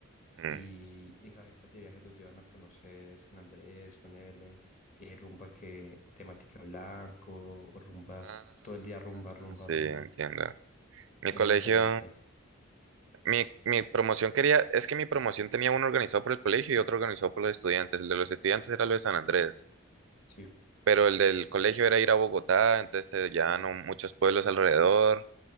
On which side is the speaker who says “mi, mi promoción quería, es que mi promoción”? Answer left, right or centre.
Right